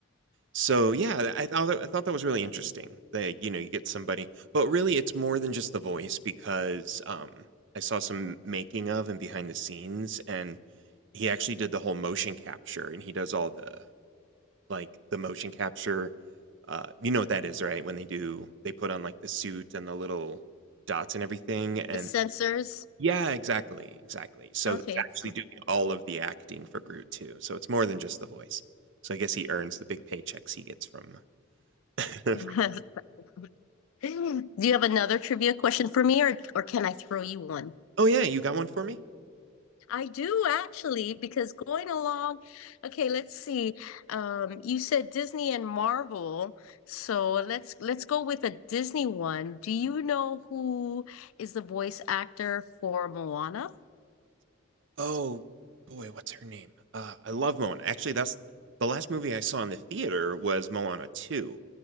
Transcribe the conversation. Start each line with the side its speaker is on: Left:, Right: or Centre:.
Right: So yeah, I thought that- I thought that was really interesting. That you know you get somebody, but really it's more than just the voice because um, I saw some making of and behind the scenes, and he actually did the whole motion capture and he does all the like the motion capture uh you know what that is right when they do they put on like the suit and the little dots and everything and
Left: The sensors.
Right: yeah exactly exactly so
Left: Okay.
Right: he's actually doing all of the acting for Groot too so it's more than just the voice so I guess he earns the big paychecks he gets from <laughs>
Left: <laughs> Do you have another trivia question for me, or or can I throw you one?
Right: Oh yeah you got one for me
Left: I do actually, because going along, okay, let's see. Um, you said Disney and Marvel, so let's let's go with a Disney one. Do you know who is the voice actor for Moana?
Right: Oh, boy, what's her name? Uh, I love Moana. Actually, that's the last movie I saw in the theater was Moana 2,